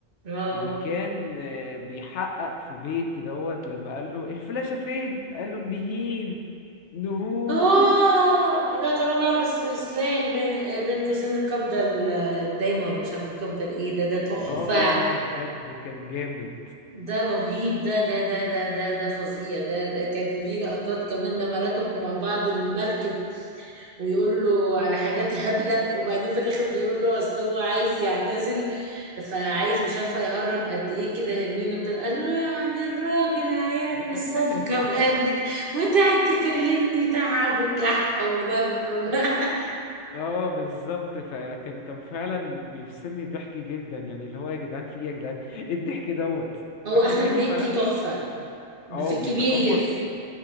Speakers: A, on the right; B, on the left.
A: اه
B: وكان آه، بيحقق في بيت كده هوت لما قال له الفلاشة فين قال له نهين نهو
A: اه
B: <laughs>
A: لا تراجع ولا استسلام بين بين قوسين القبضة ال- الدايمة ولا مش عارفة القبضة الايه ده ده تحفة
B: اه لا لا بجد كان جامد
A: ده رهيب ده ده ده ده ده ده فظيع ده ده كانت في لقطات كمان لما ركبوا مع بعض المركب ويقول له على حاجات هبلة وبعدين في الآخر بيقول له أصل هو عايز يعتزل فعايز مش عارفة يهرب قد إيه كده هيروين وبتاع قال له يعني الراجل هيعمل
B: <laughs>
A: صفقة بقدك وتقعد تكلمني تعب وكح ونف <laughs>
B: اه بالظبط فكان كان فعلا بيفصلني ضحك جدا يعني اللي هو يا جدعان في ايه يا جدعان ايه الضحك دوت
A: هو
B: احمد
A: أحمد
B: مكي
A: مكي
B: فعلا
A: تحفة
B: اه
A: في الكبير
B: بيتقمص